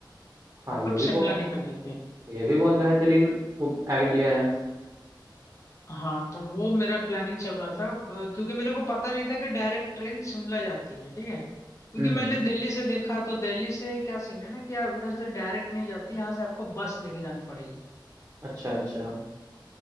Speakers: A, on the right; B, on the left.
A: हाँ
B: मतलब
A: ये भी
B: शिमला
A: बहुत
B: निकल लेते
A: ये भी बहुत बेहतरीन आइडिया है
B: हाँ तो वो मेरा प्लानिंग चल रहा था ब- क्योंकि मेरे को पता नहीं था कि डायरेक्ट ट्रेन शिमला जाती है ठीक है क्योंकि
A: हम्म
B: मैंने
A: हम्म
B: दिल्ली से देखा तो दिल्ली से क्या सीन है ना कि आप इधर से डायरेक्ट नहीं जाती यहाँ से आपको बस लेके जानी पड़ेगी
A: अच्छा अच्छा हम्म